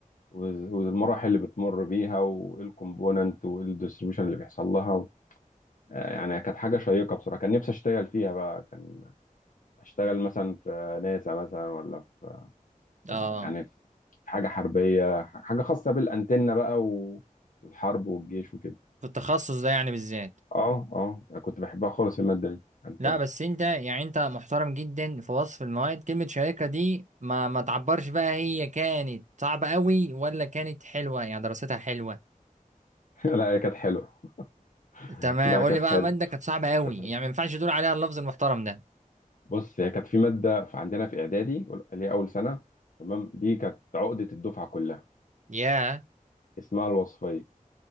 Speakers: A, on the left (about 70°); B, on the right (about 60°).
A: وز- والمراحل اللي بتمر بيها وايه الكومبوننت وايه الديستريبيوشن اللي بيحصل لها و... آه، يعني كانت حاجه شيقه بصراحه كان نفسي اشتغل فيها بقى كان اشتغل مثلا في ناسا مثلا ولا في
B: اه
A: آه، يعني في حاجه حربيه حاجه خاصه بالانتنه بقى و... والحرب والجيش وكده
B: في التخصص ده يعني بالذات
A: اه اه كنت بحبها خالص الماده دي انتنه
B: لا بس انت يعني انت محترم جدا في وصف المواد كلمة شيقة دي ما ما تعبرش بقى هي كانت صعبة قوي ولا كانت حلوة يعني دراستها حلوة
A: <laughs> لا هي كانت حلوه <laughs>
B: تمام
A: لا
B: قول
A: كانت
B: لي بقى
A: حلوه
B: مادة كانت صعبة قوي
A: كانت حلوه
B: يعني ما ينفعش تقول عليها اللفظ المحترم ده
A: بص هي كانت في ماده في عندنا في اعدادي اللي هي اول سنه تمام دي كانت عقده الدفعه كلها
B: ياه
A: اسمها الوصفيه